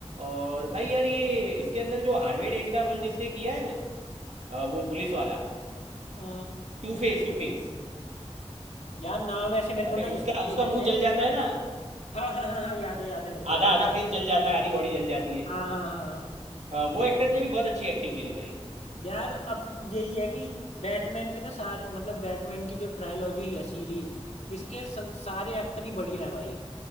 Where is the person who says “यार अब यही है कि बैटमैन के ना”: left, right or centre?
Left